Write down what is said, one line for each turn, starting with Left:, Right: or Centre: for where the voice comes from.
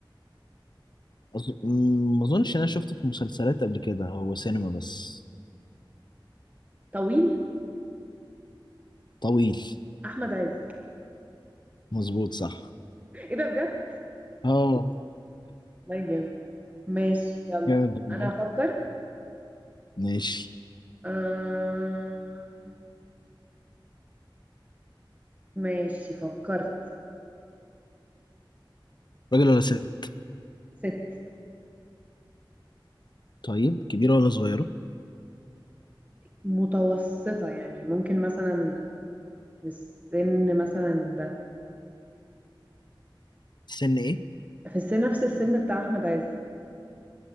Left: أظ... ما اظنش إن انا شفته في مسلسلات قبل كده هو سينما بس
Right: طويل
Left: طويل
Right: احمد عز <laughs>
Left: مظبوط صح
Right: ايه ده بجد
Left: اه
Right: والله جامد ماشي يلا
Left: جامد والله
Right: انا هفكر
Left: ماشي
Right: آه... ماشي فكرت
Left: راجل ولا ست
Right: ست
Left: طيب كبيرة ولا صغيرة
Right: متوسطة يعني ممكن مثلا في السن مثلا ده
Left: سن ايه
Right: في السن نفس السن بتاع احمد عز